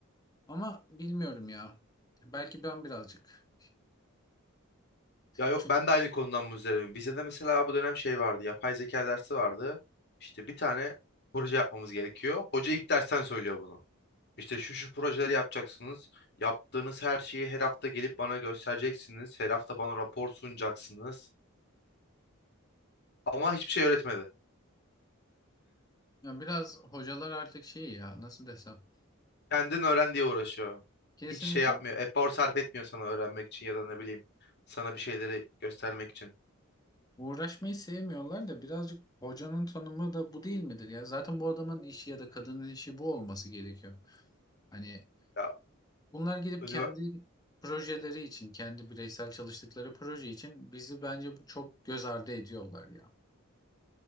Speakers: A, on the left; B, on the left.
A: Ama bilmiyorum ya. Belki ben birazcık
B: Ya yok
A: çok
B: ben de aynı konudan muzdaribim. Bize de mesela bu dönem şey vardı. Yapay zeka dersi vardı. İşte bir tane proje yapmamız gerekiyor. Hoca ilk dersten söylüyor bunu. İşte şu şu projeleri yapacaksınız. Yaptığınız her şeyi her hafta gelip bana göstereceksiniz. Her hafta bana rapor sunacaksınız. Ama hiçbir şey öğretmedi.
A: ya biraz hocalar artık şey ya nasıl desem.
B: Kendin öğren diye uğraşıyor.
A: Kesinlikle.
B: Hiç şey yapmıyor. Efor sarf etmiyor sana öğrenmek için ya da ne bileyim sana bir şeyleri göstermek için.
A: Uğraşmayı sevmiyorlar da birazcık hocanın tanımı da bu değil midir ya? Zaten bu adamın işi ya da kadının işi bu olması gerekiyor. Hani
B: Ya
A: bunlar gidip
B: önüme...
A: kendi projeleri için, kendi bireysel çalıştıkları proje için bizi bence çok göz ardı ediyorlar ya.